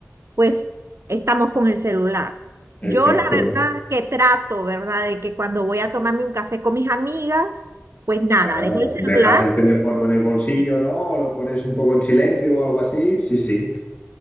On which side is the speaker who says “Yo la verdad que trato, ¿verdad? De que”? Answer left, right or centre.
Right